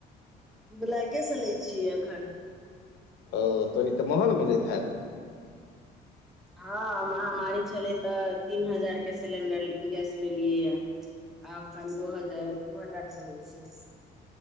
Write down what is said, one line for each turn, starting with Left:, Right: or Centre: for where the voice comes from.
Centre: बलाकेसँ लै छियै एखन
Left: ओ तनी तऽ महंग मिलैत हैत
Centre: हँ महामारी छलै तऽ तीन हजार के सिलेंडर गैस लेलियै या आ एखन दू हजार दू हजार के लै छियै